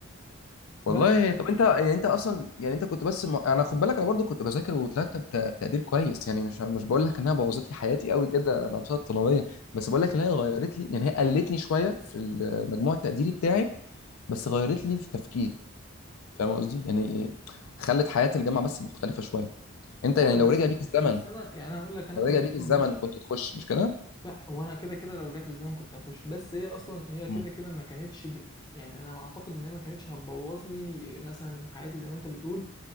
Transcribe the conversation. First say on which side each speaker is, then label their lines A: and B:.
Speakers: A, on the left (about 20°); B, on the left (about 75°).
A: بس
B: والله طب انت يعني انت اصلا يعني انت كنت بس م... يعني انا خد بالك انا برضو كنت بذاكر وطلعت بت- بتقدير كويس يعني مش مش بقول لك انها بوظت لي حياتي قوي كده الانشطه الطلابيه بس بقول لك ان هي غيرت لي يعني هي قللتني شويه في المجموع التقديري بتاعي بس غيرت لي في تفكيري فاهم قصدي يعني خلت حياه الجامعه بس مختلفه شويه انت
A: فاهمك
B: يعني لو
A: بس
B: رجع بيك الزمن
A: بس أنا يعني أنا أقول لك أنا
B: لو
A: أنا
B: رجع بيك
A: أصلا
B: الزمن
A: مش
B: كنت تخش مش كده
A: لا وانا كده كده لو رجعت بالزمن كنت هخش بس هي اصلا هي كده
B: مم.
A: كده ما كانتش بت... يعني انا اعتقد ان هي ما كانتش هتبوظ لي مثلا حياتي زي ما انت بتقول